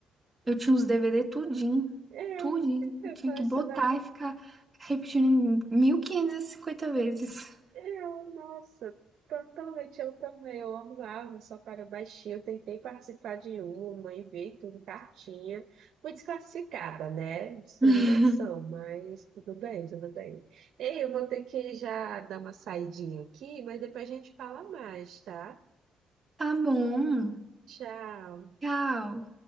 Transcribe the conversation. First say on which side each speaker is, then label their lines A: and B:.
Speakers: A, on the right; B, on the right.
A: Eu tinha os DVD tudinho,
B: Eu,
A: tudinho.
B: eu
A: Eu tinha
B: colecionava.
A: que botar e ficar repetindo 1550 vezes.
B: Eu, nossa, totalmente eu também. Eu amava só para baixinho. Eu tentei participar de uma e ver tudo em cartinha. Fui desclassificada, né? Discriminação,
A: <laughs>
B: mas tudo bem, tudo bem. Ei, eu vou ter que já dar uma saidinha aqui, mas depois a gente fala mais, tá?
A: Tá bom.
B: Tchau.
A: Tchau.